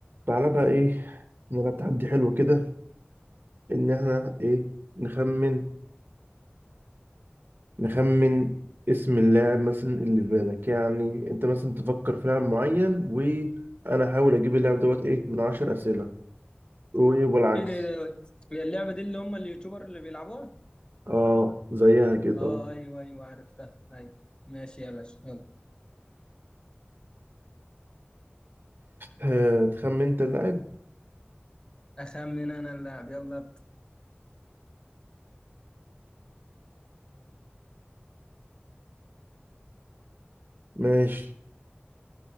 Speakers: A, on the right; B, on the left.
A: تعالى بقى ايه نلعب تحدي حلو كده ان احنا ايه نخمن نخمن اسم اللاعب مثلا اللي في بالك يعني انت مثلا تفكر في لاعب معين وانا احاول اجيب اللاعب دوت ايه من عشر اسئلة وايه والعكس
B: ايه ده ايه ده إيه ده؟ هي اللعبة دي اللي هم اليوتيوبر اللي بيلعبوها؟
A: اه زيها كده
B: اه ايوه ايوه عرفتها ايوه ماشي يا باشا يلا
A: آه، تخمن انت اللاعب
B: اخمن انا اللاعب يلا ابدا
A: ماشي